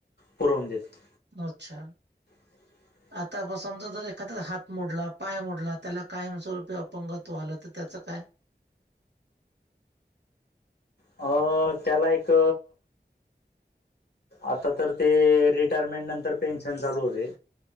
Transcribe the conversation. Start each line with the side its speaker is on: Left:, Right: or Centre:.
Left: पुरवून देते
Right: अच्छा.
Left: <inaudible>
Right: आता समजा जर एखाद्या हात मोडला पाय मोडला त्याला कायमस्वरूपी अपंगत्व आल तर त्याचं काय?
Left: अ त्याला एक. आता तर ते रिटायरमेंट नंतर पेन्शन चालू होते